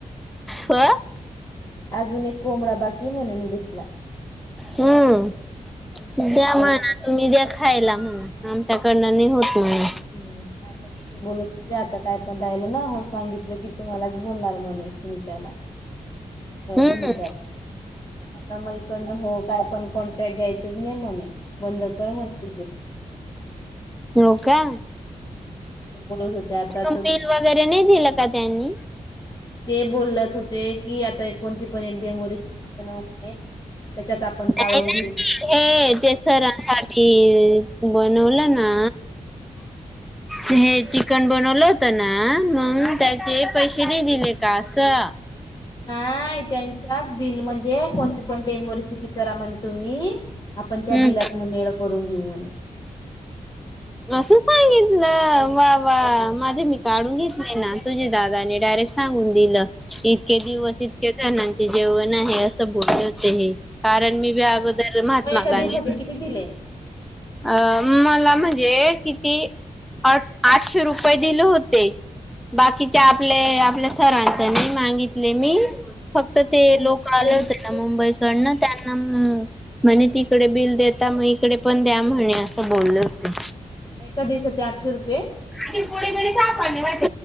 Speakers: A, in the centre; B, on the left (about 35°).
A: ह.
B: अजून एक कोंबडा बाकी म्हनी दिसला
A: हम्म
B: कोणता
A: द्या
B: कोंबडा
A: म्हणा
B: बाकी
A: तुम्ही
B: काय
A: द्या
B: माहिती
A: खायला म्हण आमच्याकडनं नाही होत. म्हणा
B: हम्म आता तर ते बोलत होते आता काय पण राहिलं ना हो सांगितलं की तुम्हालाच बोलणार म्हणे सुनीताला.
A: हम्म
B: सुमित्रात आता म इकडनं हो काय पण कॉन्ट्रॅक्ट घ्यायचंच नाही म्हणे बंद कर म्हणे तुझं.
A: हो का
B: हा, असं बोलत होते आता
A: बिल
B: तर
A: वगैरे नाही दिलं का त्यां आणि
B: ते बोलत होते की आता कोणती पण एक डेमो रेसिपी बनव म्हणे. त्याच्यात आपण काढून
A: नाही
B: घेऊ.
A: हे देसरांसाठी बनवलं ना
B: <unintelligible>
A: हे चिकन बनवलं होत ना मग त्याचे पैसे नाही दिले का असं.
B: नाही त्यांचाच बिल म्हणजे कोणती पण टेम वेसिपी करा म्हणे तुम्ही. आपण त्या
A: हम्म
B: बिलात म मेळ करून घेऊ म्हणे.
A: असं सांगितलं वा वा माझे मी काढून घेतले ना. तुझ्या दादानी डायरेक्ट सांगून दिलं इतके दिवस इतके जाना जेवण आहे असं बोलेहोते हे. कारण मी बी अगोदर महात्मा
B: मग एका
A: गांधी
B: दिवसाचे किती दिले?
A: अं मला म्हणजे किती अ आठशे रुपये दिले होते. बाकीच्या आपल्या आपल्या सरांच नाही मागितले मी. फक्त
B: मग
A: ते लोक आले होते ना मुंबईकडनं त्यांना म्हणे तिकडे बिल देता मग इकडे पण द्या म्हणे असं बोलल होते.
B: एका दिवसाचे आठशे रुपये
A: आणि गोळी गळी सापवाने वा